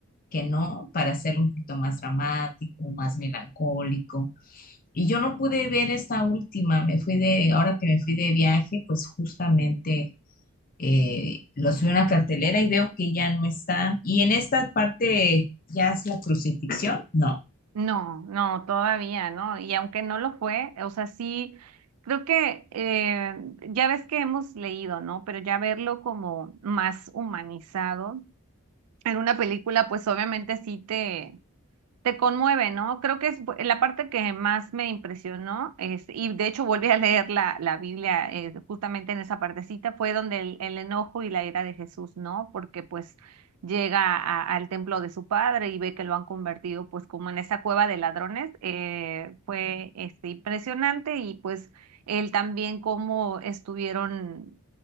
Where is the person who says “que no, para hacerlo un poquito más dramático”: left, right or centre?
Left